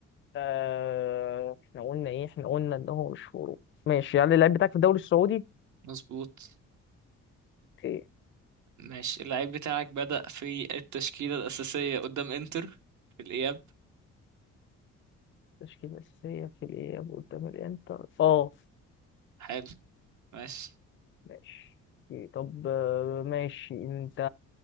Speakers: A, on the left (about 40°); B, on the right (about 70°).
A: آه احنا قلنا ايه احنا قلنا ان هو مش هجوم ماشي يعني اللعيب بتاعك في الدوري السعودي
B: مظبوط
A: اوكي
B: ماشي اللعيب بتاعك بدأ في التشكيلة الأساسية قدام إنتر في الإياب
A: تشكيلة أساسية في الإياب قدام الإنتر اه
B: حلو ماشي
A: ماشي أوكي. طب آه، ماشي انت